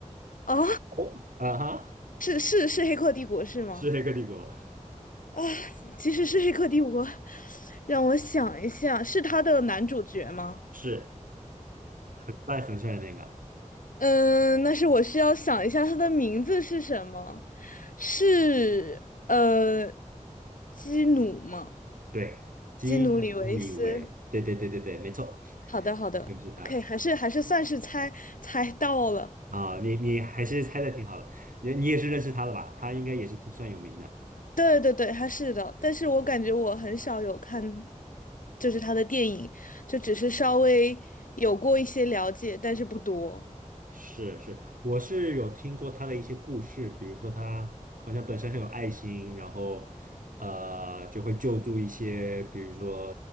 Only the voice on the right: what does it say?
哦啊哈，
是《黑客帝国》，
是很帅很帅的那个，
对，金普里维，
对对对对对，没错，
就是他
啊，你你还是猜的挺好的，你你也是认识他的吧？他应该也是挺算有名的。
是是，我是有听过他的一些故事，比如说他好像本身很有爱心，然后呃就会救助一些，比如说